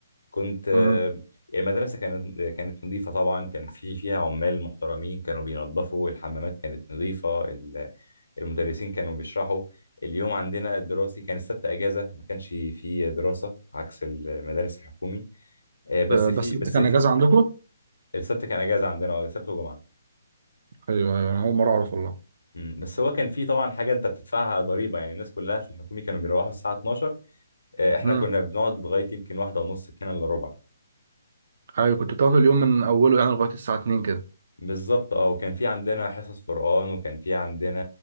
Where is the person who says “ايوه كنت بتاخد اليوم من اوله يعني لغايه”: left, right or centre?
Right